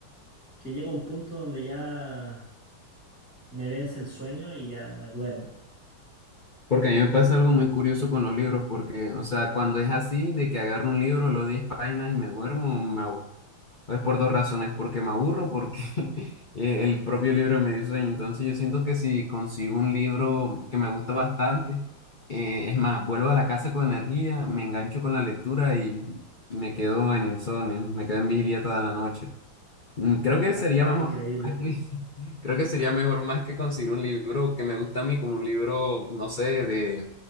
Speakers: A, in the centre; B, on the left (about 65°).
A: que llega un punto donde ya me vence el sueño y ya duermo.
B: Porque a mí me pasa algo muy curioso con los libros, porque, o sea, cuando es así, de que agarro un libro, los 10 páginas y me duermo, me abu- es por dos razones, porque me aburro, porque <laughs> eh, el propio libro me dio sueño. Entonces yo siento que si consigo un libro que me gusta bastante, eh, es más, vuelvo a la casa con energía, me engancho con la lectura y me quedo en insomnio, me quedo en vigilia toda la noche. Mm, Creo que
A: Ah,
B: sería mejor,
A: ah, increíble.
B: <laughs> creo que sería mejor más que conseguir un libro que me gusta a mí, como un libro, no sé, de